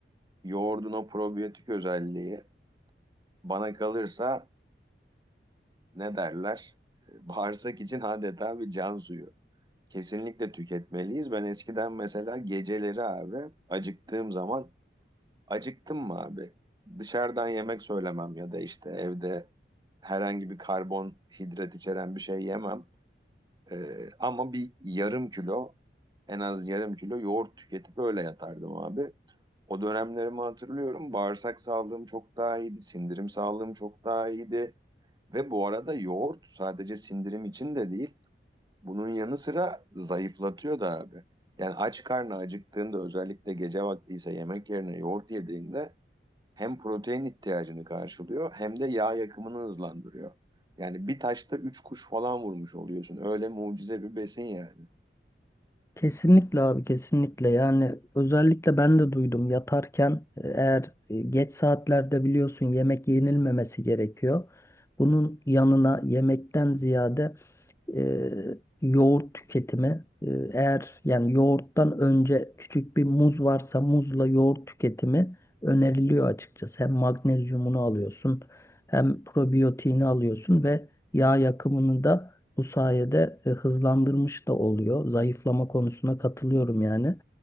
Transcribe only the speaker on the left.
Kesinlikle abi kesinlikle yani özellikle ben de duydum yatarken e, eğer e, geç saatlerde biliyorsun yemek yenilmemesi gerekiyor. Bunun yanına yemekten ziyade e, yoğurt tüketimi e, eğer yani yoğurttan önce küçük bir muz varsa muzla yoğurt tüketimi öneriliyor açıkçası. Hem magnezyumunu alıyorsun hem probiyotiğini alıyorsun ve yağ yakımını da bu sayede e, hızlandırmış da oluyor. Zayıflama konusuna katılıyorum yani.